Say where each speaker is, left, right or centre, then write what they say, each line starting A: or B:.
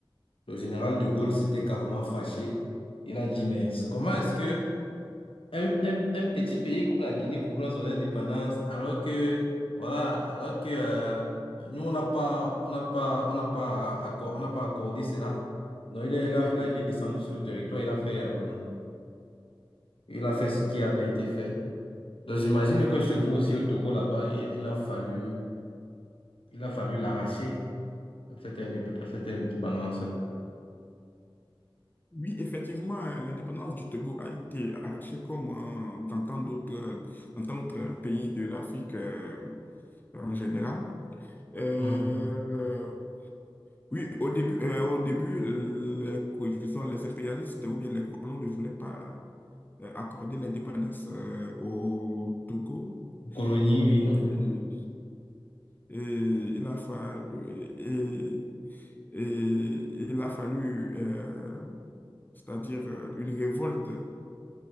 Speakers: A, on the left; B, on the left.
A: le général de Gaulle s'était carrément fâché. Il a dit, mais comment est-ce que un, un- un petit pays comme la Guinée proclame son indépendance alors que, voilà, alors que euh, nous, on n'a pas, on n'a pas, on n'a pas, accor- on n'a pas accordé cela. Donc, il est, là, il a- il est descendu sur le territoire, il a fait, euh, il a fait ce qui avait été fait. Donc, j'imagine que chez vous aussi au Togo, là-bas, il, il a fallu, il a fallu l'arracher, cette, indép- cette indépendance-là.
B: Oui, effectivement, euh, l'indépendance du Togo a été arrachée comme euh, dans tant d'autres dans tant d'autres pays de l'Afrique euh, en général. Euh,
A: Mhm.
B: oui, au début, euh, au début les, co- disons, les impérialistes ou bien les colons ne voulaient pas euh, accorder l'indépendance euh, au Togo.
A: Colonie, oui.
B: Et,
A: mhm.
B: Et il a fallu, et, et il a fallu, euh, c'est-à-dire euh, une révolte